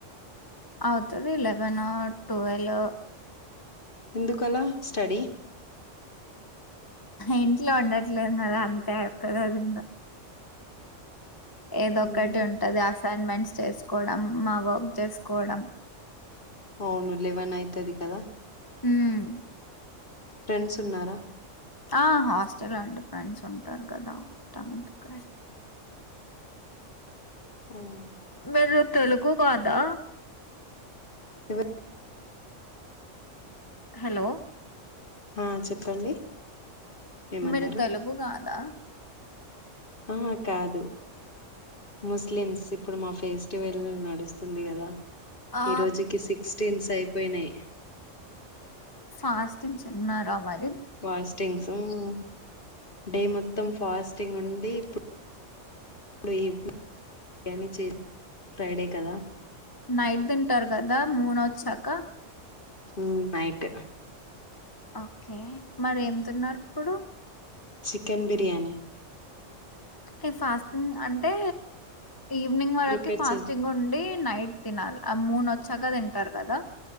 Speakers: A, on the left; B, on the left.
A: అవుతది లేవనో టువలో
B: ఎందుకలా స్టడీ
A: ఇంట్లో ఉండట్లేదు కదా అంతే ఒక్కదది ఇంకా ఏదొక్కటి
B: హ్మ్.
A: ఉంటది అ అసైన్మెంట్స్ చేసుకోవడం మా వర్క్ చేసుకోవడం
B: అవును లేవన్ అయితది కదా
A: హ్మ్
B: ఫ్రెండ్స్ ఉన్నారా
A: ఆ హాస్టల్ అండి ఫ్రెండ్స్ ఉంటారు కదా ఉంటామంట క
B: హ్మ్.
A: మీరు తెలుగు కాదా
B: ఎవరు
A: హలో
B: ఆ చెప్పండి ఏమన్నారు
A: మీరు తెలుగు కాదా
B: ఆహ కాదు ముస్లిమ్స్ ఇప్పుడు మా ఫెస్టివెల్ నడుస్తుంది. కదా
A: ఆ
B: ఈ రోజుకి సిక్స్టీన్స్ అయిపోయినాయి
A: ఫాస్టింగ్స్ ఉన్నారా అవైల్
B: వాయిస్టింగ్స్ మ్మ్ <inaudible> డే మొత్తం ఫాస్టింగ్ ఉంది ఇప్పు ఇప్పుడు ఈ వినింగ్ బిర్యానీ చేస ఫ్రైడే కదా
A: నైట్ దింటారు కదా ము మునోజ్ చ్ అక్క
B: హ్మ్మ్ నైట్
A: ఒకే మరి ఏం తున్నారు ఇప్పుడు
B: చికెన్ బిర్యానీ
A: ఈ ఫాస్టింగ్ అంటే ఈవినింగ్ వరకి
B: ప్రిపేర్
A: ఫాస్టింగ్
B: చే
A: ఉండి నైట్ తినాల్ ఆ మూన్ వచ్చాగా తింటారు. కదా